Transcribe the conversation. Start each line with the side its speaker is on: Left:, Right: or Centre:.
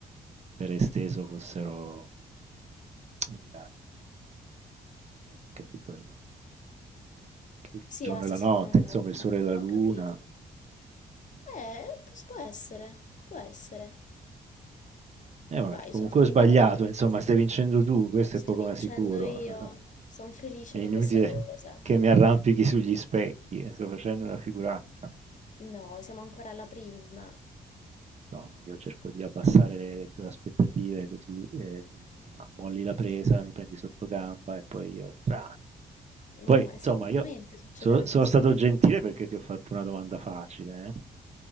Right: per esteso fossero Il ehm, capito, il il il
Left: Sì,
Right: giorno
Left: ah,
Right: e
Left: sì,
Right: la
Left: sì,
Right: notte,
Left: no, no,
Right: insomma,
Left: no,
Right: il sole e la
Left: ho
Right: luna.
Left: capito.
Right: Mh.
Left: Eh, pos- può essere, può essere.
Right: Eh vabbè,
Left: Vai,
Right: comunque
Left: sono pronta
Right: ho sbagliato,
Left: alla domanda.
Right: insomma, stai vincendo tu, questo
Left: Sto
Right: è poco
Left: vincendo
Right: ma sicuro.
Left: io,
Right: <laughs>
Left: sono felice
Right: È inutile
Left: di questa cosa.
Right: che mi arrampichi sugli specchi, eh, sto facendo una figuraccia.
Left: No, siamo ancora alla prima,
Right: Lo so, ma io cerco di abbassare le tue aspettative così eh, tu eh, molli la presa, mi prendi sotto gamba e poi io tra.
Left: ma
Right: Poi, insomma,
Left: sicuramente
Right: io
Left: succederà
Right: so- sono
Left: così.
Right: stato
Left: eh.
Right: gentile perché ti ho fatto una domanda facile. eh.